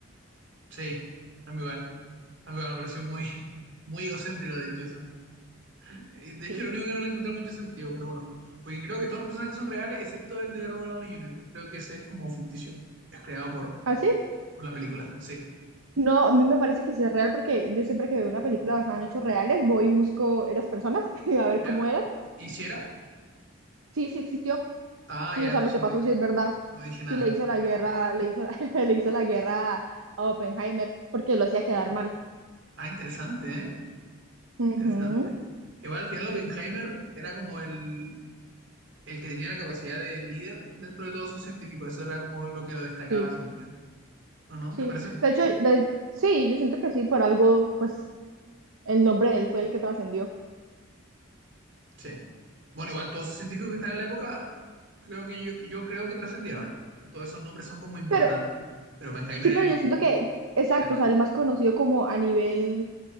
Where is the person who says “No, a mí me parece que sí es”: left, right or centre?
Right